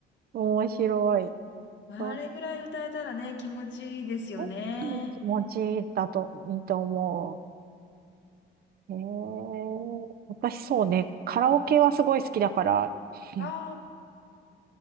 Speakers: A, on the right (about 50°); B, on the left (about 65°).
A: 面白い。
B: あれぐらい歌えたらね、
A: そ
B: 気持ちいいですよね。
A: う、うん。気持ちだといいと思う。えー、私そうね、カラオケはすごい好きだから、うん
B: あ